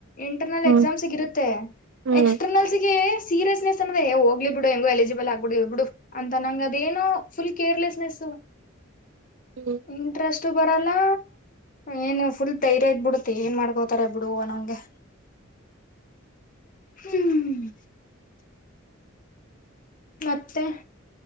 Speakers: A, on the left; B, on the right.
A: ಇಂಟರ್ನಲ್
B: ಹ್ಮ್
A: ಎಕ್ಸಾಮ್ಸ್ಗ ಇರುತ್ತೆ
B: ಹ್ಮ್
A: ಎಕ್ಸ್ಟರ್ನಲ್ಸ್ಗೆ ಸೀರಿಯಸ್ನೆಸ್ ಅದೇ ಹೋಗ್ಲಿ ಬಿಡು ಹೆಂಗು ಎಲಿಜಿಬಲ್ ಆಗ್ಬಿಡಿ ಇ ಬಿಡು ಅಂತ ನಂಗ ಅದೇನೋ ಫುಲ್ ಕೇರ್ಲೆಸ್ನೆಸ್
B: ಹ್ಮ್
A: ಇಂಟ್ರೆಸ್ಟ್ ಬ ಲ್ಲಾ ಏನ್ ಫುಲ್ ಧೈರ್ಯ ಇದಬಿಡುತ್ತೆ ಏನ್ ಮಾಡ್ಕೋತಾರೆ ಬಿಡುವ ನಂಗೆ
B: ಹ್ಮ್
A: ಹ್ಮ್ ಮತ್ತೆ